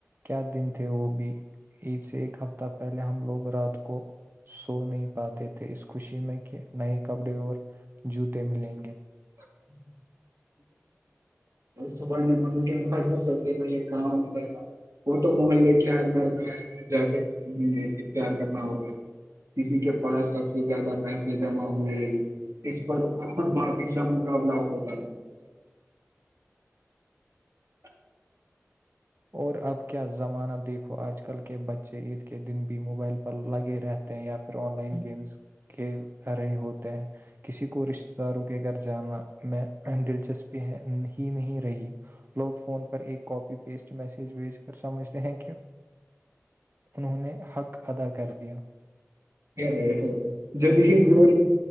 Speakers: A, on the right; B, on the right.
A: کیا دن تھے وہ بھی ایک سے ایک ہفتہ پہلے ہم لوگ رات کو سو نہیں پاتے تھے اس خوشی میں کہ نئے کپڑے اور جوتے ملیں گے
B: <inaudible> سبح نے م کہ ان کا جو سب سے پہلے گؤ انتا تھا وہ تو محلے کےار کرنا ج اختیار کرنا ہو تو کسی کے پاس سب سے زیادہ پیسے جمع ہوئے اس پر ا بات ایکا مقبلہ ہوتا ہے تھا <inaudible>
A: اور اب کیا زمانہ دیکھو آج کل کے بچے عید کے دن بھی موبائل پر لگے رہتے ہیں یا پھر آن لائن گیمس کھیل رہے ہوتے ہیں کسی کو رشتتے داروں کے گھر جانا میں دلچسپی ہے ہی نہیں رہی لوگ فون پر ایک کاپی پیسٹ میسج بھیج کر سمجھتے ہیں کہ انہوں نے حق ادا کر دیا
B: رہ ہو جلد ہی دور